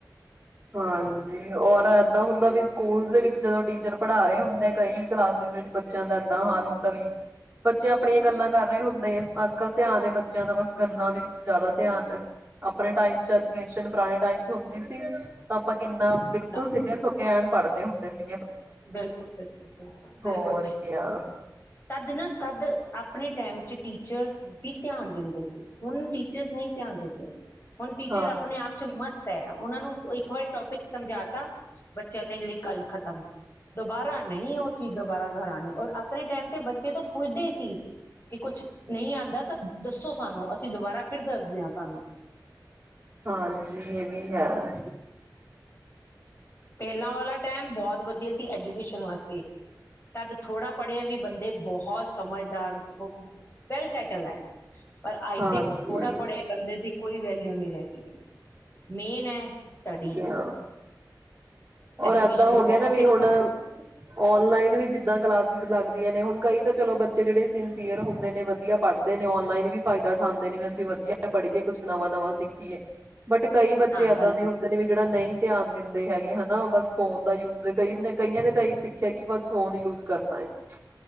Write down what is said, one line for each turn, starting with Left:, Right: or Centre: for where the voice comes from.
Right: ਹਾਂਜੀ ਔਰ ਏਦਾਂ ਹੁੰਦਾ ਵੀ ਸ ਸਕੂਲ ਦੇ ਵਿੱਚ ਜਦੋਂ ਟੀਚਰ ਪੜ੍ਹਾ ਰਹੇ ਹੁੰਦੇ ਕਈ ਕਲਾਸਿਸ ਵਿੱਚ ਬੱਚਿਆਂ ਦਾ ਏਦਾਂ ਹਾਲ ਹੁੰਦਾ ਵੀ ਬੱਚੇ ਆਪਣੀਆਂ ਗੱਲਾਂ ਕਰ ਰਹੇ ਹੁੰਦੇ ਐ। ਅੱਜ ਕੱਲ੍ਹ ਧਿਆਨ ਏ ਬੱਚਿਆਂ ਦਾ ਬਸ ਗੱਲਾਂ ਦੇ ਵਿਚ ਜ਼ਿਆਦਾ ਧਿਆਨ ਹੈ। ਆਪਣੇ ਟਾਈਮ ਚ ਐਜੂਕੇਸ਼ਨ ਪੁਰਾਣੇ ਟਾਈਮ ਰੋਂਦੀ ਸੀ। ਆਪਾਂ ਕਿੰਨਾ ਬਿਲਕੁਲ
Left: ਨਾ
Right: ਸੀਰੀਅਸ ਹੋ। ਕੈਣ ਪੜ੍ਹਦੇ ਹੁੰਦੇ ਸੀ।
Left: ਬਿਲਕੁਲ, ਬਿਲਕੁਲ, ਬਿਲਕੁਲ,
Right: ਹੋਰ
Left: ਬਿਲਕੁਲ
Right: ਕਿਆ
Left: ਤਦ ਨਾ ਤਦ ਆਪਣੇ ਟੈਮ ਚ ਟੀਚਰ ਵਿ ਧਿਆਨ ਦਿੰਦੇ ਸੀ। ਹੁਣ ਟੀਚਰਸ ਨਈ ਧਿਆਨ ਦਿੰਦੇ। ਹੁਣ ਟੀਚਰ
Right: ਹਾਂ
Left: ਆਪਣੇ ਆਪ ਚ ਮਸਤ ਐ, ਉਹਨਾਂ ਨੂੰ ਕੋਈ ਕੋਈ ਟੋਪਿਕ ਸਮਝਾ ਤਾ, ਬੱਚਿਆਂ ਤੇ ਈ ਲਈ ਗੱਲ ਖਤਮ। ਦੁਬਾਰਾ ਨਹੀਂ ਉਹ ਚੀਜ਼ ਦੁਬਾਰਾ ਦੁਹਰਾਉਣੀ ਔਰ ਆਪਣੇ ਟਾਈਮ ਤੇ ਬੱਚੇ ਤੋਂ ਪੁੱਛਦੇ ਹੀ ਸੀ ਕਿ ਕੁੱਛ ਨਹੀਂ ਆਉਂਦਾ ਤਾਂ ਦੱਸੋ ਸਾਨੂੰ ਅਸੀਂ ਦੁਬਾਰਾ ਫਿਰ ਦੱਸਦੇ ਹਾਂ ਤੁਹਾਨੂੰ
Right: ਹਾਂਜੀ, ਇਹ ਵੀ ਹੈ।
Left: ਪਹਿਲਾਂ ਵਾਲਾ ਟਾਈਮ ਬਹੁਤ ਵਧੀਆ ਸੀ, ਐਜੂਕੇਸ਼ਨ ਵਾਸਤੇ ਤਦ ਥੋੜ੍ਹਾ ਪੜ੍ਹਿਆ ਵੀ ਦੇ ਬਹੁਤ ਸਮਝ <unintelligible> ਬਾਹਰਲੇ ਦੇਸ਼ ਵਿਚ ਵੈਲ ਸੈਟਲਡ ਹੈ ਪਰ ਅੱਜ
Right: ਹਾਂਜੀ
Left: ਦੇ ਥੋੜ੍ਹਾ ਪੜ੍ਹੇ ਬੰਦੇ ਦੀ ਕੋਈ ਵੈਲਿਊ ਨਹੀਂ ਰਹਿ ਗਈ ਮੇਨ ਐ ਸਟੱਡੀ।
Right: ਅ
Left: ਐਜੂਕੇਸ਼ਨ
Right: ਔਰ ਏਦਾਂ ਹੋ ਗਿਆ
Left: ਬਹੁਤ
Right: ਨਾ ਵੀ,
Left: ਇੰਪੋਰਟੈਂਟ
Right: ਹੁਣ ਓਨਲਾਈਨ ਵੀ ਸਿਦਾਂ ਕਲਾਸਿਸ ਲਗ ਦੀਏ ਨੇ ਹੁਣ ਕਈ ਤਾਂ ਚਲੋ ਬੱਚੇ ਜਿਹੜੇ ਸਿੰਸੀਅਰ ਹੁੰਦੇ ਨੇ, ਵਧੀਆ ਪੜ੍ਹਦੇ ਨੇ, ਓਂਲਾਈਨ ਵੀ ਫਾਇਦਾ ਉਠਾਉਂਦੇ ਨੇ, ਵੈਸੇ ਵਧੀਆ ਪੜ੍ਹੀਏ, ਕੁਛ ਨਵਾਂ ਨਵਾਂ ਸਿੱਖੀਏ। ਬਟ ਕਈ ਬੱਚੇ
Left: ਹਾਂ
Right: ਇੱਦਾਂ
Left: ਬਲਕਿ
Right: ਦੇ ਹੁੰਦੇ ਨੇ ਵੀ ਜਿਹੜਾ ਨਈ ਧਿਆਨ ਦਿੰਦੇ ਹੈਗੇ ਹਨ। ਹਾਂ, ਬਸ ਫੋਨ ਦਾ ਯੂਜ ਕਈ ਕਈਆਂ ਨੇ ਤਾਂ ਇਹੀ ਸਿੱਖਿਆ ਕਿ ਬਸ ਫੋਨ ਯੂਜ ਕਰਨਾ ਹੈ ਚ।